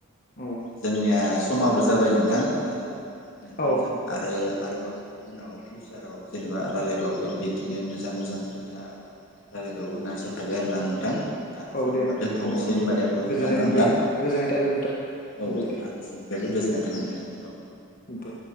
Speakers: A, on the left (about 40°); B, on the left (about 65°).
A: औ
B: जोंनिया समाबो जाबाय नों थां ओ नोंथांजों
A: औ
B: आरो आरोबाव उनाव फिउचाराव जेनेबा रायज्लायबावगोन बिदिनो मोजां मोजां खोथा रायलायबावनो नाजा थाबाय आरोना नोंथां दा
A: औ
B: जों
A: दे
B: ओमबा दोन्थ'नोसै
A: औ औ नोंथां
B: होनबा दे होनबा
A: गोजोननाय
B: न' नोंथां
A: मोनबाय गोजोननाय थाबाय नोंथां
B: औ
A: दे दे
B: आंनि सिंनिफ्रायबो गोजोननाय थाबाय
A: उम
B: नोंथां औ
A: दे